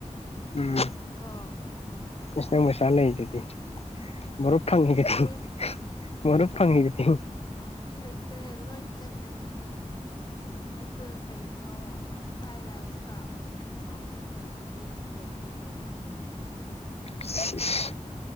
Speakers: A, on the left; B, on the left.
A: ꯎꯝ
B: ꯀꯣ
A: ꯑꯁ ꯅꯪꯄꯩꯁꯥ ꯂꯩꯗꯨꯗꯤ ꯃꯔꯨꯞ ꯐꯪꯉꯤꯗꯨꯗꯤ
B: ꯂꯩꯇꯦ
A: ꯍꯤ ꯃꯔꯨꯞ ꯐꯪꯉꯤꯗꯨꯗꯤ
B: ꯂꯩꯇ꯭ꯔꯦ ꯂꯣꯏꯟ ꯆꯠꯀꯅꯤ ꯑꯗꯨ ꯀꯩꯅꯣ ꯐ꯭ꯔꯥꯏ ꯔꯥꯏꯁꯀ ꯆꯧꯗꯨꯗꯤ ꯑꯩꯅ ꯂꯩꯕꯤꯒꯦ ꯍꯥꯏꯕꯅꯦ
A: ꯏꯁ ꯏꯁ